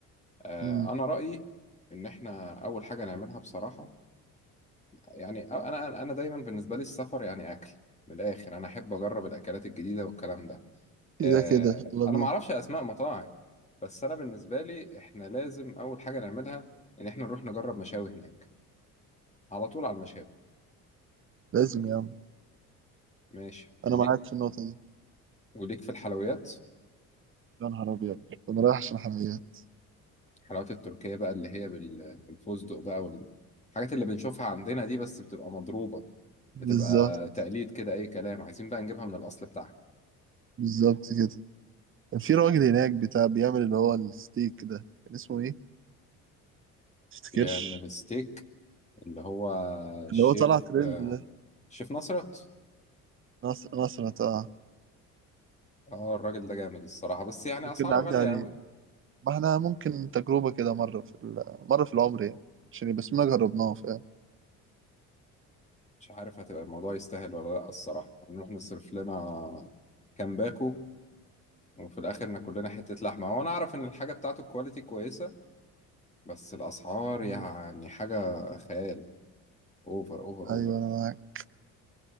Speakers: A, on the left; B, on the right.
A: أه
B: امم
A: أنا رأيي إن إحنا أول حاجة نعملها بصراحة يعني انا انا دايما بالنسبه لي السفر يعني اكل من الاخر انا احب اجرب الاكلات الجديده والكلام ده
B: كده
A: آه،
B: كده يلا
A: انا
B: بينا
A: ما اعرفش اسماء مطاعم بس انا بالنسبه لي احنا لازم اول حاجه نعملها ان احنا نروح نجرب مشاوي هناك على طول على المشاوي
B: لازم يا عم
A: ماشي وليك
B: انا معاك في النقطة دي
A: وليك في الحلويات
B: يا نهار ابيض انا رايح عشان حلويات
A: الحلويات التركيه بقى اللي هي بال- بالفستق بقى والحاجات اللي بنشوفها عندنا دي بس بتبقى مضروبه
B: بالظبط
A: بتبقى تقليد كده اي كلام عايزين بقى نجيبها من الاصل بتاعها
B: بالظبط كده كان في راجل هناك بتاع بيعمل اللي هو الستيك ده كان اسمه ايه؟ تفتكرش
A: بيعمل ستيك اللي هو الشيف
B: اللي هو طلع ترند ده
A: الشيف نصرت
B: نصر نصرة اه
A: اه الراجل ده جامد الصراحة بس يعني
B: ممكن
A: أسعاره
B: نعدي
A: غالية
B: عليه
A: أوي
B: ما احنا ممكن تجربة كده مرة في ال- مرة في العمر يعني عشان يبقى اسمنا جربناه فاهم
A: مش عارف هتبقى الموضوع يستاهل ولا لأ الصراحة هنروح نصرف لنا كام باكو وفي الآخر ناكل لنا حتة لحمة هو أنا أعرف إن الحاجة بتاعته الكواليتي كويسة بس الأسعار
B: مم.
A: يعني حاجة خيال أوفر أوفر أوفر
B: ايوه انا معاك